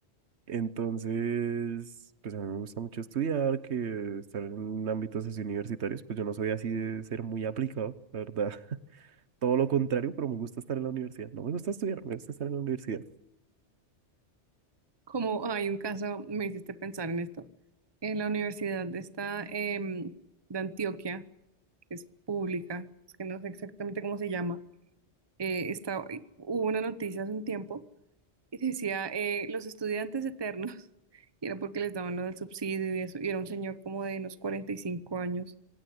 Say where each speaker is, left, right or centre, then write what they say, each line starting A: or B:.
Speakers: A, on the right (about 70°); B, on the right (about 25°).
A: Entonces, pues a mí me gusta mucho estudiar, que estar en ámbitos así universitarios, pues yo no soy así de ser muy aplicado, la verdad. todo lo contrario, pero me gusta estar en la universidad. No me gusta estudiar, me gusta estar en la universidad.
B: Como hay un caso, me hiciste pensar en esto. En la universidad de esta, em, de Antioquia, que es pública, es que no sé exactamente cómo se llama eh, estaba- hubo una noticia hace un tiempo y decía eh, los estudiantes eternos, <laughs> y era porque les daban lo del subsidio y eso, y era un señor como de unos 45 años